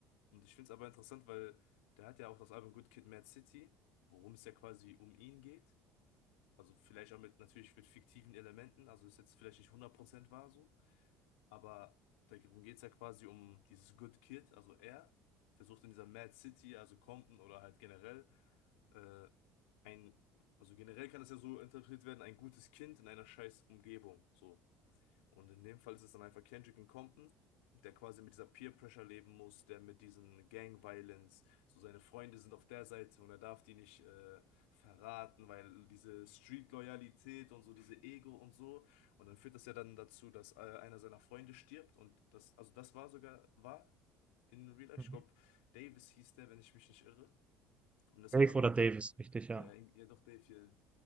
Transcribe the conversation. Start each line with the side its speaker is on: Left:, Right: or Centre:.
Left: Und ich finde es aber interessant, weil der hat ja auch das Album Good Kid, Mad City, worum es ja quasi um ihn geht. Also vielleicht auch mit, natürlich mit fiktiven Elementen, also ist jetzt vielleicht nicht 100% wahr so, aber darum geht es ja quasi um dieses Good Kid, also er versucht in dieser Mad City, also Compton oder halt generell, äh, ein, also generell kann das ja so interpretiert werden, ein gutes Kind in einer scheiß Umgebung, so. Und in dem Fall ist es dann einfach Kendrick und Compton, der quasi mit dieser Peer Pressure leben muss, der mit diesen Gang Violence, so seine Freunde sind auf der Seite und er darf die nicht äh, verraten, weil diese Street Loyalität und so, diese Ego und so. Und dann führt das ja dann dazu, dass äh, einer seiner Freunde stirbt und das, also das war sogar, war in Real Life,
Right: Mhm.
Left: ich glaube, Davis hieß der, wenn ich mich nicht irre. Und das
Right: Dave
Left: hat dann
Right: oder
Left: auch,
Right: Davis, richtig, ja.
Left: äh, ja doch, Dave hier.